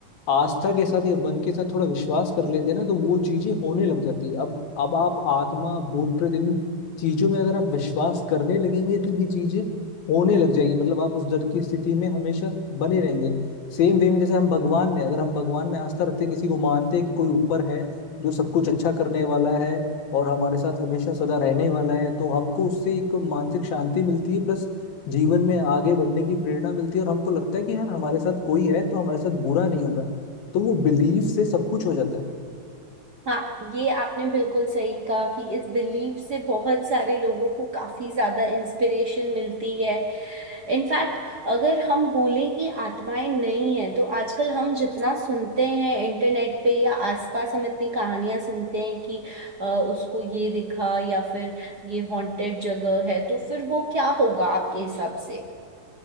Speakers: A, on the left; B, on the right.
A: आस्था के साथ या मन के साथ थोड़ा विश्वास कर लेते हैं ना तो वो चीजें होने लग जाती है अब अब आप आत्मा भूत प्रेत इन चीजों में अगर आप विश्वास करने लगेंगे तो ये चीजें होने लग जाएगी मतलब आप उस डर की स्थिति में हमेशा बने रहेंगे सेम वे में जैसे हम भगवान में अगर हम भगवान में आस्था रखते हैं, किसी को मानते हैं कि कोई ऊपर है जो सब कुछ अच्छा करने वाला है और हमारे साथ हमेशा सदा रहने वाला है तो हमको उससे एक मानसिक शांति मिलती है प्लस जीवन में आगे बढ़ने की प्रेरणा मिलती है और हमको लगता है कि यार हमारे साथ कोई है तो हमारे साथ बुरा नहीं होगा तो वो बिलीव से सब कुछ हो जाता है
B: हाँ ये आपने बिल्कुल सही कहा कि इस बिलीव से बहुत सारे लोगों को काफी ज्यादा इंस्पिरेशन मिलती है इनफैक्ट अगर हम बोलें कि आत्माएं नहीं है तो आजकल हम जितना सुनते हैं इंटरनेट पे या आसपास हम इतनी कहानियां सुनते हैं कि अ, उसको ये दिखा या फिर ये हॉन्टेड जगह है तो फिर वो क्या होगा आपके हिसाब से